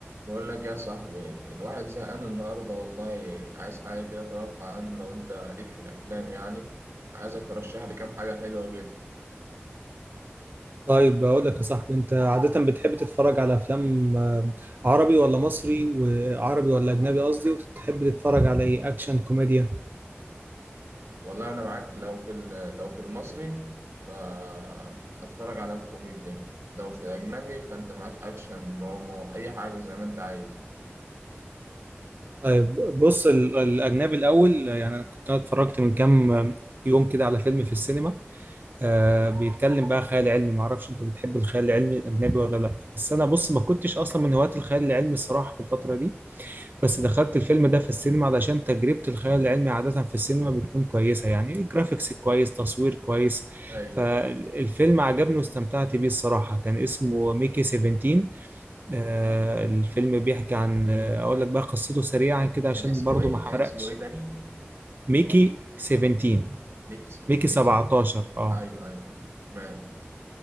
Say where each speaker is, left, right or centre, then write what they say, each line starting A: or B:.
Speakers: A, on the right; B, on the right.
A: بقول لك يا صاحبي الواحد زهقان النهارده والله عايز حاجة كده ترفع عنه لو انت ليك في الافلام يعني عايزك ترشح لي كام حاجة حلوة كده
B: طيب بقول لك يا صاحبي انت عادة بتحب تتفرج على افلام آه، عربي ولا مصري وعربي ولا اجنبي قصدي وتحب تتفرج على ايه اكشن كوميديا
A: والله انا معاك لو في ال- لو في المصري فاتفرج على الكوميديا لو في الاجنبي فانت معاك اكشن دراما اي حاجة زي ما انت عايز
B: طيب بص ال- الاجنبي الاول يعني انا كنت اتفرجت من كام يوم كده على فيلم في السينما آه بيتكلم بقى خيال علمي معرفش انت بتحب الخيال العلمي الاجنبي ولا لا بس انا بص ما كنتش اصلا من هواة الخيال العلمي الصراحة في الفترة دي بس دخلت الفيلم ده في السينما علشان تجربة الخيال العلمي عادة في السينما بتكون كويسة يعني جرافيكس كويس تصوير كويس
A: ايوه
B: فالفيلم عجبني واستمتعت بيه الصراحة كان اسمه ميكي 17 آه الفيلم بيحكي عن آه، أقول لك بقى قصته سريعا كده عشان
A: كان اسمه
B: برضو
A: ايه
B: ما حرقش
A: كان اسمه ايه تاني
B: ميكي 17
A: بيك 17
B: ميكي 17 اه
A: ايوه ايوه أيوة. تمام